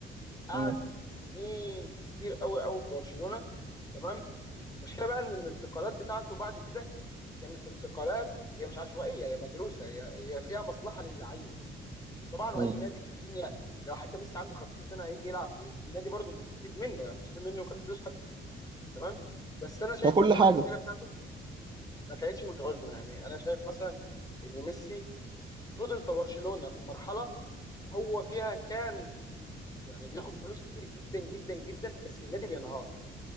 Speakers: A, on the left; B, on the right.
A: قعد
B: مم.
A: سنين كتير قوي قوي في برشلونه تمام المشكله بقى ان الانتقالات بتاعته بعد كده كانت انتقالات هي مش عشوائيه هي مدروسه هي هي فيها مصلحه للعيب طبعا واي
B: مم.
A: نادي في الدنيا لو حتى ميسي عنده 50 سنه هيجي يلعب فيه النادي برضه مستفيد منه يعني مستفيد منه كفلوس حتى تمام بس انا شايف
B: ككل
A: ان هو
B: حاجه
A: المسيره بتاعته ما كانتش متوازنه يعني انا شايف مثلا ان ميسي فضل في برشلونه في مرحله هو فيها كان يعني بياخد فلوس كتير جدا جدا جدا بس النادي بينهار